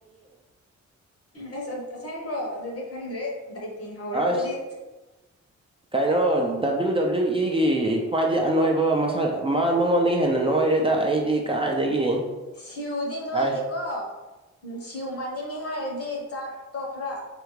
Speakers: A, on the left; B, on the right.
A: ꯑꯁ ꯑꯠ ꯑꯁꯦꯡꯕ꯭ꯔꯣ ꯑꯗꯨꯗꯤ ꯈꯪꯗ꯭ꯔꯦꯠ ꯗꯥꯏ ꯇꯤꯡ ꯍꯧꯔꯣ
B: ꯑꯁ
A: ꯑꯗꯨꯗꯤ
B: ꯀꯩꯅꯣ ꯗꯕ꯭ꯂꯤꯎ ꯗꯕ꯭ꯂꯤꯎ ꯏꯒꯤ ꯈ꯭ꯋꯥꯏꯗꯒꯤ ꯑꯅꯣꯏꯕ ꯃꯁꯛ ꯃꯥ ꯃꯉꯣꯟꯗꯒꯤ ꯍꯦꯟꯅ ꯅꯣꯏꯔꯦꯗ ꯑꯩ ꯗꯤ ꯀꯥꯏꯗꯒꯤ
A: ꯁꯤꯎꯗꯤ ꯅꯣꯏꯗꯦꯀꯣ
B: ꯑꯁ
A: ꯅꯨꯡꯁꯤꯎ ꯃꯥꯟꯅꯤꯡꯉꯦ ꯍꯥꯏꯔꯗꯤ ꯆꯥꯛꯇꯣ ꯈꯔ